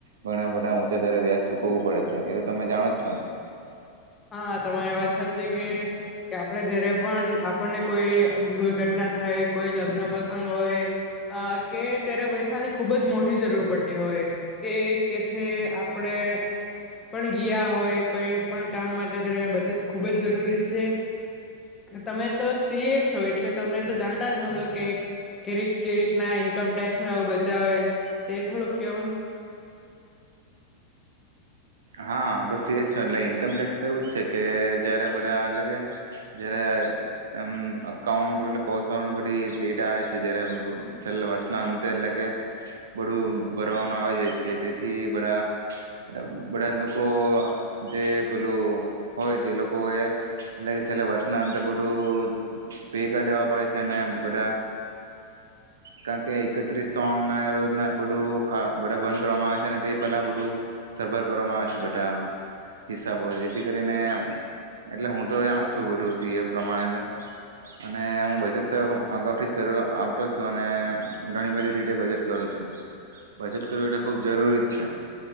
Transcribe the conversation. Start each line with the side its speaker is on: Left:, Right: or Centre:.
Right: ઘણા બધા ઊંચા દરે વ્યાજ ચૂકવવું પડે છે એ તો તમે જાણો જ છો ને.
Left: હા તમારી વાત સાચી કે. કે આપણેે જયારે પણ આપણને કોઈ દુર્ઘટના થાય કોઈ લગ્ન પસંગ હોય કે ત્યારે પૈસાની ખુબ જ મોટી જરૂર પડતી હોય કે કે આપણેે પણ ગયા હોય કઈ પણ કામ માટે ત્યારે બચત ખુબ જ જરૂરી છે તમે તો સીએ છો એટલે તમે તો જાણતા જ હોશો કે કે કેવી રીતના ઈન્કમ ટેક્સ બચાવે તે થોડુંક કિયોન.
Right: હા હું તો સી એ જ છું એટલે ઈન્કમ ટેક્સ તો એવું જ છે કે જયારે બધા એટલે કે જયારે અમ અકાઉન્ટ એ કોષ વા બધી ડેટ આવે છે જ છેલ્લા વર્ષના અંતે એટલે કે બધું ભરવાનું આવે જાય છે તેથી બધા એટ બધા લોકો જે પેલું હોય તે લોકોએ અ છેલ્લા વર્ષના અંદર બધું પે કરી દેવા પડે છે બધા કારણ કે એકત્રીસ ત્રણના રોજના બધુ બધા બંધ કરવામાં આવે છે અને તે પહેલાં બધું સરભર કરવામાં આવે છે બધા હિસાબો જેથી કરીને એટલે હું તો જાણું છું બધુ સી એ પ્રમાણે અને હું બજત તો અગાઉથી જ આવતો છું અને ઘણી બધી રીતે બજત કરુ છું બજત કરવું એ ખૂબ જરૂરી જ છે.